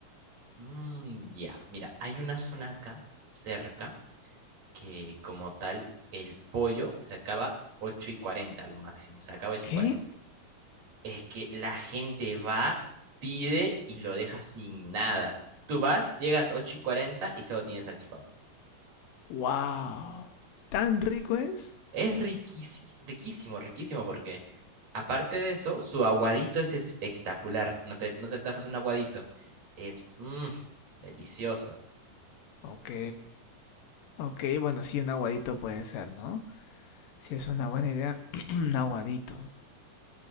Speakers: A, on the right (about 50°); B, on the left (about 85°).
A: Mm, ya, Mira, hay una zona acá cerca que como tal el pollo se acaba 8 y 40 lo máximo, se acaba 8
B: ¿Qué?
A: y 40. Es que la gente va, pide y lo deja sin nada. Tú vas, llegas 8 y 40 y solo tienes salchipapa.
B: ¡Wow! ¿Tan rico es?
A: Es riquísimo, riquísimo, riquísimo Aparte de eso, su aguadito es espectacular. No te, no te dejas un aguadito. Es mm, delicioso,
B: Ok, ok, bueno, sí, un aguadito puede ser, ¿no? Si es una buena idea, <clears throat> un aguadito.